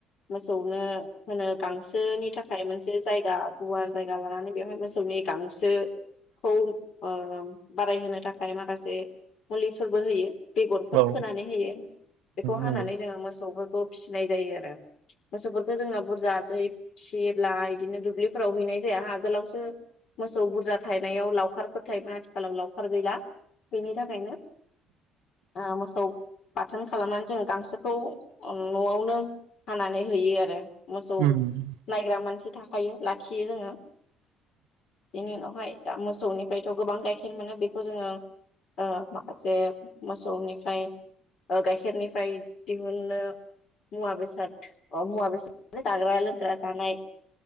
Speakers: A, on the left (about 60°); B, on the right (about 75°).
A: मोसौनो होनो गांसोनि थाखाय मोनसे जायगा गुवार जायगा लानानै बेवहाय मोसौनि गांसोखौ ओ बारायहोनो थाखाय माखासे मुलिफोरबो होयो । बेगरफोर
B: औ
A: फोनानै होयो बेखौ
B: नंगौ
A: हानानै जोङो मोस सौफोरखौ फिसिनाय जायो आरो मोसौफोरखौ जोङो बुरजा जोहै फिसियोब्ला बिदिनो दुब्लिफोराव हैनाय जाया आगोलावसो मोसौ बुरजा थायनायाव लावखारफोर थायोमोन आथिखालाव लावखार गैला बेनि थाखायनो ओ मोसौ बाथोन खालामनानै जों गांसोखौ नआवनो हानानै होयो आरो। मोसौ
B: नंगौ
A: नायग्रा मानसि थाखायो लाखियो जोङो बेनि उनावहाय दा मोसौनिफ्रायथ गोबां गाइखेर मोनो बेखौ जोङो ओ माखासे मोसौनिफ्राय ओ गाइखेरनि ओमफ्राय दिहुनो मुवा बेसाद अ मुवा बेसाद जाग्रा लोंग्रा जानाय